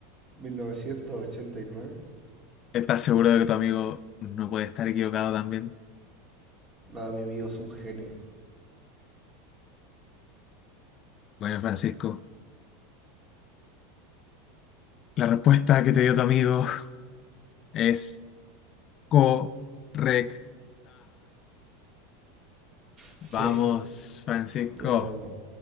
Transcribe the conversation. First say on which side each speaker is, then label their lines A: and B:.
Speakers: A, on the right (about 30°); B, on the left (about 40°).
A: 1989.
B: ¿Estás seguro de que tu amigo no puede estar equivocado también?
A: Nada, mi amigo es un genio.
B: Bueno, Francisco, la respuesta que te dio tu amigo es correcta.
A: Sí.
B: Vamos, Francisco.
A: Yo